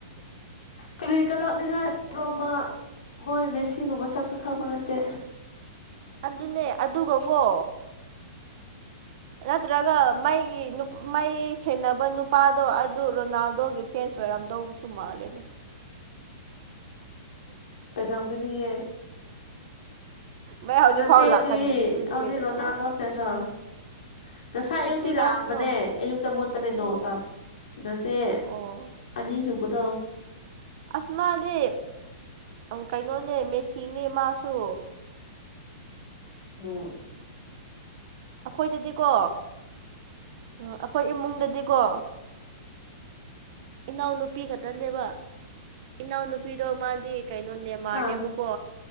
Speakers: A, on the left; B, on the right.
A: ꯀꯔꯤ ꯀꯂꯛꯅꯤꯉꯥꯏ꯭ꯔꯣꯃ ꯃꯣꯏ ꯃꯦꯁꯤꯕꯨ ꯃꯁꯛꯁꯨ ꯈꯪꯕ ꯅꯠꯇꯦ
B: ꯑꯗꯨꯅꯦ ꯑꯗꯨꯒꯀꯣ ꯅꯠꯇ꯭ꯔꯒ ꯃꯩꯒꯤ ꯅꯨ ꯃꯩ ꯁꯦꯟꯅꯕ ꯅꯨꯄꯥꯗꯣ ꯑꯗꯨ ꯔꯣꯅꯥꯜꯗꯣꯒꯤ ꯐꯦꯟꯁ ꯑꯣꯏꯔꯝꯗꯧꯕꯁꯨ ꯃꯥꯜꯂꯦꯗ
A: ꯑꯣꯏꯔꯝꯒꯅꯤꯌꯦ
B: ꯃꯩ ꯍꯧꯖꯤꯛꯐꯥꯎ
A: ꯅꯆ‌ꯦꯗꯤ
B: ꯂꯥꯛꯍꯟꯗ꯭ꯔꯤꯗꯨꯗꯤ
A: ꯍꯧꯖꯤꯛ ꯔꯣꯅꯥꯜꯗꯣ ꯐꯦꯟꯁꯔ‌ꯣ ꯉꯁꯥꯏ ꯑꯌꯨꯛꯇꯤ
B: ꯏꯆꯦ
A: ꯂꯥꯛꯑꯝꯕꯅꯦ
B: ꯀꯔꯝꯕꯅꯣ
A: ꯑꯌꯨꯛꯇ ꯃꯨꯠ ꯄꯅꯦ ꯅ‌ꯣꯡꯇꯥꯕ ꯅꯆ‌ꯦ
B: ꯑꯣ
A: ꯑꯅꯤꯁꯨꯕꯗꯣ
B: ꯑꯁ ꯃꯥꯗꯤ ꯀꯩꯅꯣꯅꯦ ꯃꯦꯁꯤꯅꯦ ꯃꯥꯁꯨ
A: ꯑꯣ
B: ꯑꯩꯈꯣꯏꯗꯗꯤꯀꯣ ꯑꯩꯈꯣꯏ ꯏꯃꯨꯡꯗꯗꯤꯀꯣ ꯏꯅꯥꯎꯅꯨꯄꯤ ꯈꯛꯇꯅꯦꯕ ꯏꯅꯥꯎꯅꯨꯄꯤꯗꯣ ꯃꯥꯗꯤ ꯀꯩꯅꯣ ꯅꯦꯃꯥꯔꯅꯦꯕꯀꯣ
A: ꯍꯥ